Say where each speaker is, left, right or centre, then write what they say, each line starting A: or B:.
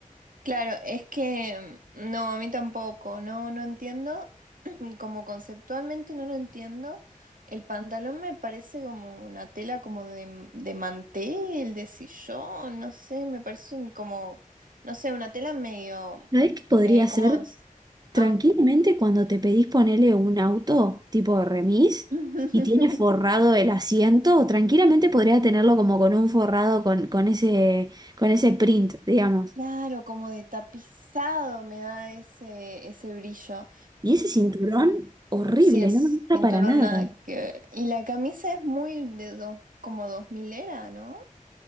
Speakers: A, on the right; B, on the right.
A: Claro, es que mm, no, a mí tampoco, no, no entiendo, <clears throat> como conceptualmente no lo entiendo. El pantalón me parece como una tela como de, de mantel, de sillón, no sé, me parece un, como, no sé, una tela medio,
B: ¿Sabés qué podría
A: eh,
B: ser?
A: ¿cómo es?
B: Tranquilamente
A: Ah,
B: cuando te pedís ponerle un auto tipo remis
A: <laughs>
B: y tiene forrado el asiento, tranquilamente podrías tenerlo como con un forrado con, con ese, con ese print, digamos.
A: claro, como de tapizado me da ese, ese brillo.
B: Y ese cinturón, horrible,
A: Sí, es
B: no me gusta
A: cinturón
B: para nada.
A: nada que ver. Y la camisa es muy de dos, como dos milera, ¿no?